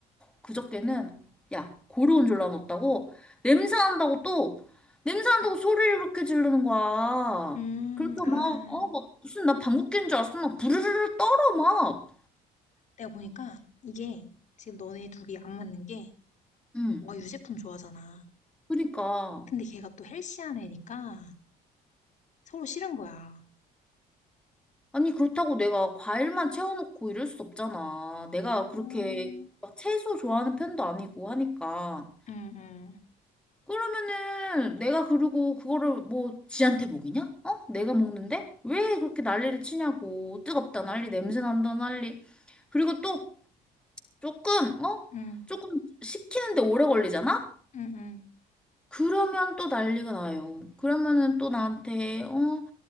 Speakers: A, in the centre; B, on the left (about 45°).
A: 그저께는, 야, 고르곤졸라 넣었다고? 냄새 난다고 또, 냄새 난다고 소리를 그렇게 지르는 거야.
B: 음,
A: 그래서 막,
B: 아,
A: 어, 막, 무슨 나 방귀 뀐줄 알았어. 막 부르르르 떨어, 막.
B: 내가 보니까 이게 지금 너네 둘이 안 맞는 게,
A: 응,
B: 와, 유제품 좋아하잖아.
A: 그러니까.
B: 근데 걔가 또 헬시한 애니까 서로 싫은 거야.
A: 아니, 그렇다고 내가 과일만 채워놓고 이럴 수 없잖아. 내가 그렇게
B: 음,
A: 막 채소 좋아하는 편도 아니고 하니까.
B: 응, 응,
A: 그러면은 내가 그리고 그거를 뭐 지한테 먹이냐? 어? 내가 먹는데? 왜 그렇게 난리를 치냐고. 뜨겁다 난리, 냄새 난다 난리. 그리고 또 조금, 어?
B: 응,
A: 조금 식히는데 오래 걸리잖아?
B: 응, 응,
A: 그러면 또 난리가 나요. 그러면은 또 나한테, 어,